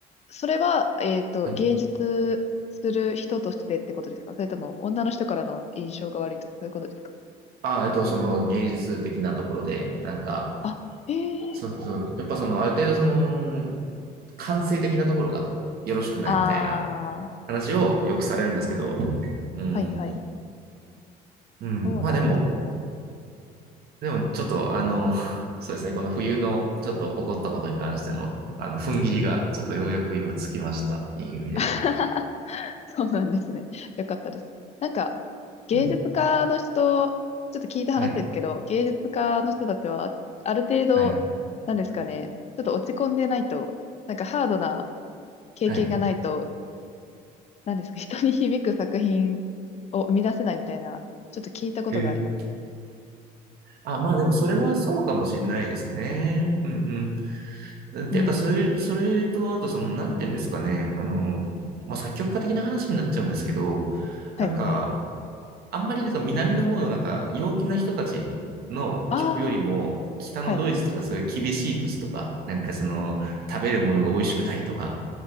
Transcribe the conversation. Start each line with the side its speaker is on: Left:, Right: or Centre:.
Left: それは、えっと、
Right: はい。
Left: 芸術する人としてってことですかそれとも、女の人からの印象が悪いとか、そういうことですか
Right: あ、えっと、その芸術的なところで、なんか、
Left: あ、へえ、
Right: そうそう。やっぱその、ある程度その、感性的なところがよろしくないみたいな
Left: ああ
Right: 話をよくされるんですけど、うん。
Left: はいはい。
Right: うん。
Left: そうなんですね。
Right: まあでも、でもちょっとあの、<laughs> そうですね、この冬のちょっと起こったことに関しての、あの、踏ん切りがちょっとようやく今つきました。いい意味で。
Left: <laughs> そうなんですね。よかったです。なんか、芸術家の人、
Right: うん。
Left: ちょっと聞いた話ですけど、
Right: はい。
Left: 芸術家の人たちは、ある程度、
Right: はい。
Left: なんですかね、ちょっと落ち込んでないと、なんかハードな経験がないと、
Right: はい。
Left: なんですか、人に響く作品を生み出せないみたいな、ちょっと聞いたことがありますね。
Right: へえ。あ、まあでもそれはそうかもしれないですね。うんうん。ていうか、
Left: うん。
Right: それ、それとあとその、なんていうんですかね。あの、まあ作曲家的な話になっちゃうんですけど、
Left: はい。
Right: なんか、あんまりなんか南の方のなんか陽気な人たちの曲よりも、
Left: ああ、
Right: 北のドイツとかそういう厳しい土地とか、
Left: はい。<laughs>
Right: なんかその食べるものが美味しくないとか、